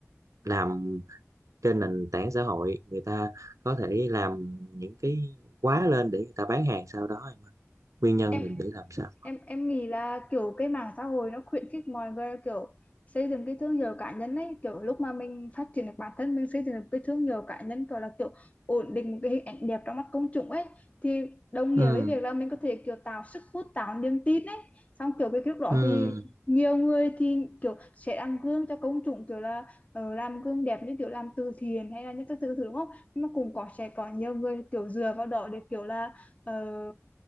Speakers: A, on the right (about 85°); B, on the left (about 25°).
A: làm trên nền tảng xã hội người ta có thể làm những cái quá lên để người ta bán hàng sau đó nguyên nhân
B: em
A: mình để làm sao
B: em em nghĩ là kiểu cái mạng xã hội nó khuyến khích mọi người kiểu xây dựng cái thương hiệu cá nhân ấy kiểu lúc mà mình phát triển được bản thân mình xây dựng được cái thương hiệu cá nhân kiểu là kiểu ổn định một cái hình ảnh đẹp trong mắt công chúng ấy thì đồng
A: ừ
B: nghĩa với việc là mình có thể kiểu tạo sức hút tạo niềm tin ấy xong kiểu cái lúc đó
A: ừ
B: thì Ừ. nhiều người thì kiểu sẽ làm gương cho công chúng kiểu là ờ, làm gương đẹp như kiểu làm từ thiện hay là những các thứ thứ đúng không nhưng mà cũng có sẽ có nhiều người kiểu dựa vào đó để kiểu là ờ,